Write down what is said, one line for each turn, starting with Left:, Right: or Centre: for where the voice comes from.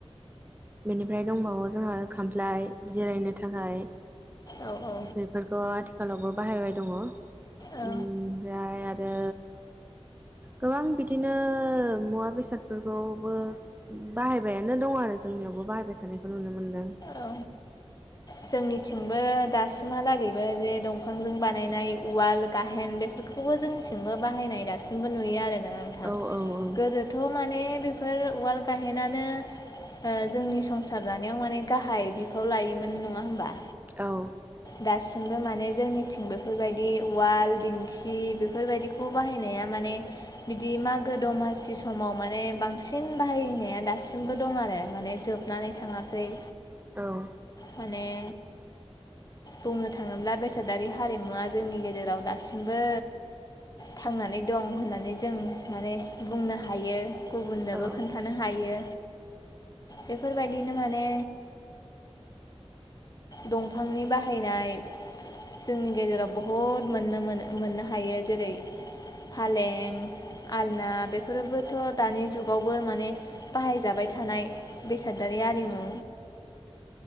Right: बेनिफ्राय दंबावो जोंहा खामफ्लाय जिरायनो थाखाय
Left: औ औ
Right: बेफोरखौ आथिखालावबो बाहायबाय दङ ओमफ्राय
Left: औ
Right: आरो गोबां बिदिनो मुवा बेसादफोरखौबो बाहायबायानो दं आरो जोंनियावबो बाहायबाय थानायखौ नुनो मोनदों
Left: औ जोंनिथिंबो दासिमहालागैबो जे दंफांजों बानायनाय उवाल गाहेन बेफोरखौ खौबो जोंनिथिंबो बाहायनाय दासिमबो नुयो आरो नोंथां
Right: औ औ औ
Left: गोदो थ' माने बेफोर उवाल गायहेनो जोंनि संसार जानायाव माने गाहाय बिफाव लायोमोन नंङा होमबा
Right: औ
Left: दासिमबो माने जोंनिथिं बेफोरबायदि उवाल दिंखि बेफोरबायदि खौ बाहायनाया माने बिदि मागो दमासि समाव माने बांसिन बाहायनाया दासिमबो दं आरो माने जोब नानै थांङाखै
Right: औ
Left: माने बुंनो थाङोब्ला बेसादारि हारिमुवा जोंनि गेजेराव दासिमबो थांनानै दं होननानै जों माने बुंनो हायो गुबुननोबो
Right: औ
Left: खोन्थ थानो हायो बेफोरबायदिनो माने दंफांनि बाहायनाय जोंनि गेजेराव बहुद मोननो मो मोननो हायो जेरै फालें आलना बेफोरबोथ' दानि जुगावबो माने बाहायजाबाय थानाय बेसादारि आरिमु